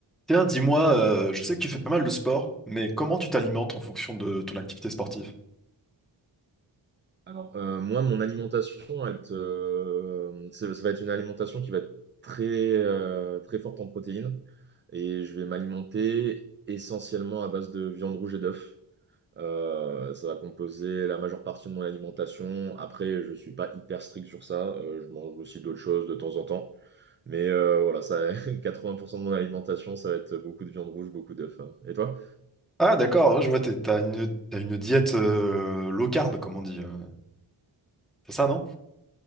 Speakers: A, in the centre; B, on the right.
A: Tiens, dis-moi, euh, je sais que tu fais pas mal de sport, mais comment tu t'alimentes en fonction de ton activité sportive?
B: Alors, euh, moi, mon alimentation, elle te- euh, ça ça va être une alimentation qui va être très, euh, très forte en protéines. Et je vais m'alimenter essentiellement à base de viande rouge et d'œufs. Euh, ça va composer la majeure partie de mon alimentation. Après, je suis pas hyper strict sur ça. Euh, je mange aussi d'autres choses de temps en temps. Mais euh, voilà, ça, <laughs> 80% de mon alimentation, ça va être beaucoup de viande rouge, beaucoup d'œufs. hein. Et toi?
A: Ah, d'accord, ouais, je vois, t'es- t'as une, t'as une diète euh, low carb, comme on dit. euh. C'est ça, non?